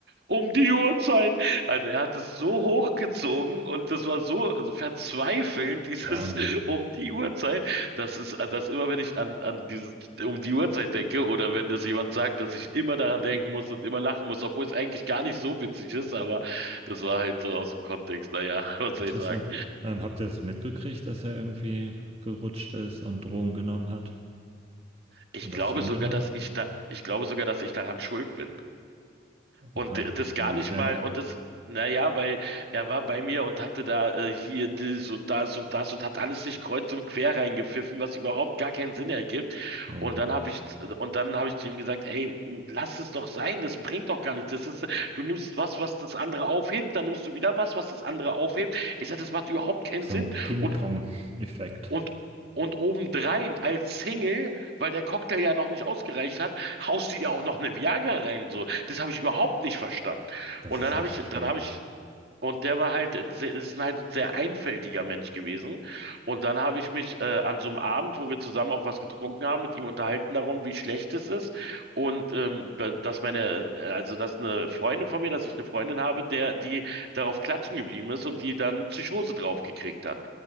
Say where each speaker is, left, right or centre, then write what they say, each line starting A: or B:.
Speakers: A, on the right (about 60°); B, on the right (about 30°).
A: um die Uhrzeit. Also er hat es so hochgezogen und das war so also verzweifelnd, dieses
B: Wahnsinn.
A: <laughs> um die Uhrzeit. Das ist, das immer, wenn ich an, an dieses, um die Uhrzeit denke oder wenn das jemand sagt, dass ich immer daran denken muss und immer lachen muss, obwohl es eigentlich gar nicht so witzig ist, aber das war halt so aus dem Kontext. Naja, <laughs> was
B: Interessant.
A: soll ich sagen?
B: Ähm, habt ihr es mitgekriegt, dass er irgendwie abgerutscht ist und Drogen genommen hat
A: Ich
B: und
A: glaube
B: das hingenommen?
A: sogar, dass ich da, ich glaube sogar, dass ich daran schuld bin.
B: Oha,
A: Und d- das gar
B: inwiefern?
A: nicht mal, und das, naja, weil er war bei mir und hatte da äh, hier das und das und das und hat alles sich kreuz und quer reingepfiffen, was überhaupt gar keinen Sinn ergibt.
B: Oh
A: Und
B: Mann,
A: dann habe ich, und dann habe ich zu ihm gesagt, ey, lass es doch sein, das bringt doch gar nichts. Das ist, du nimmst was, was das andere aufhebt, dann nimmst du wieder was, was das andere aufhebt. Ich sage, das macht überhaupt keinen
B: so
A: Sinn.
B: ein Ping-Pong-Effekt.
A: Und und, und obendrein als Single, weil der Cocktail ja noch nicht ausgereicht hat, haust die dir auch noch eine Viagra rein. So, das habe ich überhaupt nicht verstanden.
B: Das
A: Und
B: ist
A: dann
B: echt
A: habe ich,
B: schräg.
A: dann habe ich und der war halt, äh, sehr- ist halt ein sehr einfältiger Mensch gewesen. Und dann habe ich mich äh, an so einem Abend, wo wir zusammen auch was getrunken haben, mit ihm unterhalten darum, wie schlecht es ist. Und ähm, da- dass meine, äh, also dass eine Freundin von mir, dass ich eine Freundin habe, der, die darauf klatschen geblieben ist und die dann eine Psychose drauf gekriegt hat.